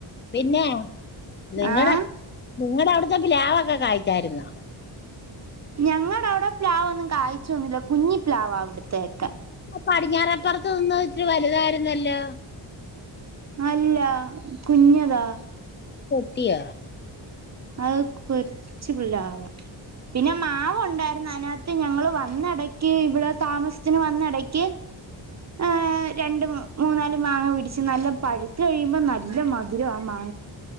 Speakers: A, on the left (about 25°); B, on the right (about 40°).
A: പിന്നെ നിങ്ങളടെ
B: ആഹ്
A: നിങ്ങളടെ അവിടത്തെ പ്പിലാവ് ഒക്കെ കഴിച്ചായിരുന്നോ
B: ഞങ്ങളുടെ അവിടെ പ്ലാവ് ഒന്നും കായ്ച്ചു വന്നില്ല കുഞ്ഞി പ്ലാവാ ഇവിടെത്തെക
A: പടിഞ്ഞാറപ്പുറത്ത് നിന്ന ഇച്ചിരി വലുതായിരുന്നല്ലോ
B: അല്ല കുഞ്ഞതാ
A: ത്തി്യ
B: അത് കൊറച്ച് പിള്ള ആവാ പിന്നെ മാവുണ്ടായി ന്നതു ഞങ്ങൾ വന്നഇടക്ക ഇവിടെ തമാസത്തിനുവന്നിടക് ഹ് രണ്ട് മൂന്നാല് മാങ്ങ പിടിച്ച് നല്ല പഴുത്ത കഴിയുമ്പോ നല്ല മധുരം ആ മാങ്ങ